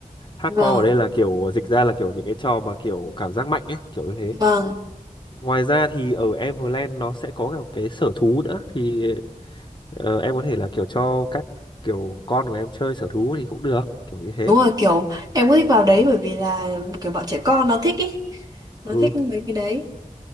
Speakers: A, on the left (about 35°); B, on the right (about 25°).
A: Hardcore
B: vâng
A: ở đây là kiểu dịch ra là kiểu những cái trò mà kiểu cảm giác mạnh ấy, kiểu như thế.
B: vâng
A: Ngoài ra thì ở Everland nó sẽ có cả một cái sở thú nữa thì ờ, em có thể là kiểu cho các kiểu con của em chơi sở thú thì cũng được, kiểu như thế.
B: Đúng rồi kiểu em cũng thích vào đấy bởi vì là kiểu bọn trẻ con nó thích ý nó
A: Ừ,
B: thích mấy cái đấy